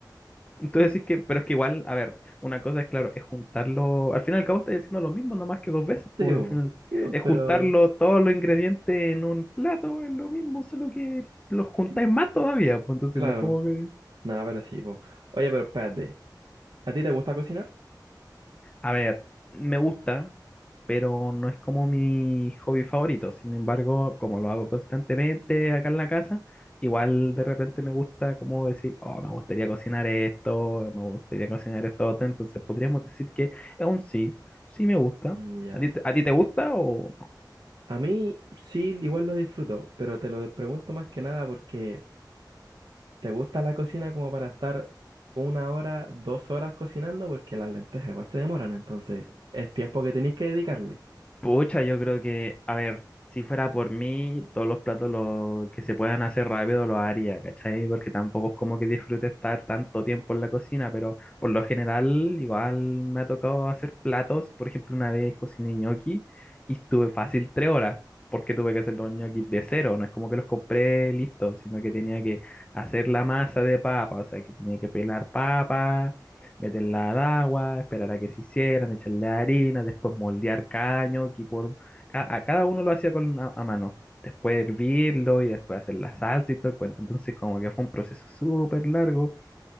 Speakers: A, on the left (about 15°); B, on the right (about 75°).
A: Entonces sí que, pero es que igual, a ver, una cosa es claro, es juntarlo, al fin y al cabo estás haciendo lo mismo, no más que dos veces, por
B: Sí, po, sí, po,
A: es
B: pero
A: juntarlo todos los ingredientes en un plato, es lo mismo, solo que los juntáis
B: sí,
A: más todavía, pues entonces
B: claro.
A: no es como que...
B: Nada, pero sí, po. Oye, pero espérate, ¿a ti te gusta cocinar?
A: A ver, me gusta, pero no es como mi hobby favorito, sin embargo, como lo hago constantemente acá en la casa, igual de repente me gusta como decir, oh, me gustaría cocinar esto, me gustaría cocinar esto, otro", entonces podríamos decir que es un sí, sí me gusta.
B: Mm, Ya.
A: ¿A ti, te- a ti te gusta o...?
B: A mí sí, igual lo disfruto, pero te lo pregunto más que nada porque ¿te gusta la cocina como para estar una hora, dos horas cocinando? Porque las lentejas igual se demoran, entonces es tiempo que tenéis que dedicarle.
A: Pucha, yo creo que, a ver, si fuera por mí, todos los platos lo, que se puedan hacer rápido los haría, ¿cachai? Porque tampoco es como que disfrute estar tanto tiempo en la cocina, pero por lo general igual me ha tocado hacer platos. Por ejemplo, una vez cociné ñoqui y estuve fácil tres horas, porque tuve que hacer los ñoquis de cero. No es como que los compré listos, sino que tenía que hacer la masa de papa, o sea, que tenía que pelar papa meterla al agua, esperar a que se hicieran, echarle harina, después moldear cada ñoqui por... ca- A cada uno lo hacía con a, a mano. Después hervirlo y después hacer la salsa y todo el cuento. Entonces como que fue un proceso súper largo